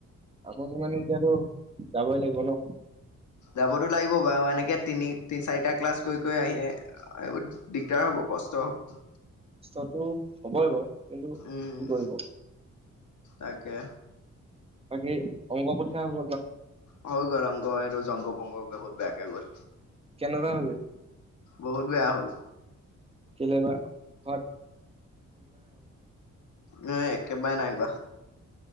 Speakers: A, on the right; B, on the left.
A: আপুনি মানে এতিয়া আৰু যাবই লাগিব ন।
B: যাবতো লাগিব বাৰু এনেকে তিনি তি চাৰিটা ক্লাছ কৰি। গৈ আহি দিগদাৰ হ'ব কষ্ট হ'ব।
A: টো হবই বাৰু। কিন্তু
B: উম,
A: কি কৰিব
B: তাকে।
A: বাকী অংগ পঠা ব
B: হৈ গ'ল অংক এইটো জংগ পংগ বহুত বেয়াকে গ'ল।
A: নুৱাহলে
B: বহুত বেয়া হ'ল।
A: কেলে বা ঘ
B: ন একে পাই নাই গ